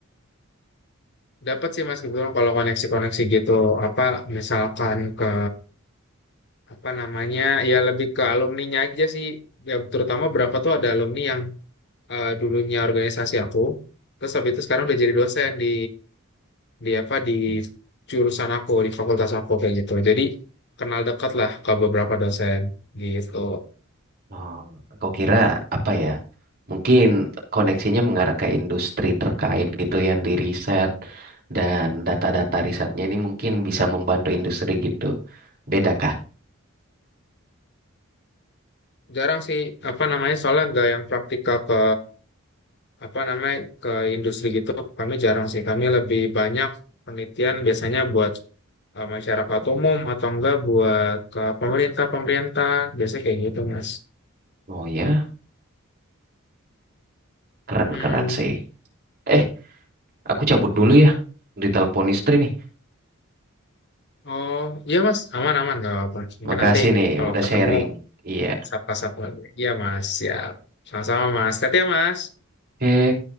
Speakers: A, on the left; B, on the right.
A: dapat sih mas kebetulan kalau koneksi-koneksi gitu. Apa misalkan ke apa namanya? Ya lebih ke alumninya aja sih. Ya, terutama berapa tuh ada alumni yang eh, dulunya organisasi aku. Terus habis itu sekarang udah jadi dosen di di apa di jurusan aku di fakultas aku kayak gitu jadi kenal dekat lah ke beberapa dosen gitu
B: Oh, kau kira apa ya? Mungkin koneksinya mengarah ke industri terkait gitu ya, yang di riset dan data-data risetnya ini mungkin bisa membantu industri gitu. Bedakah?
A: jarang sih apa namanya soalnya nggak yang praktikal ke apa namanya ke industri gitu kami jarang sih kami lebih banyak penelitian biasanya buat eh, masyarakat umum atau enggak buat ke pemerintah pemerintah biasanya kayak gitu mas
B: Oh ya, Keren-keren
A: Mm.
B: sih. Eh, aku cabut dulu ya. Ditelepon istri nih.
A: Oh, iya Mas, aman-aman nggak apa-apa. Mungkin
B: Makasih
A: nanti
B: nih,
A: kalau
B: udah
A: ketemu
B: sharing. Iya.
A: sapa-sapa lagi. Iya Mas, ya. Sama-sama Mas. Tati ya Mas.
B: Oke.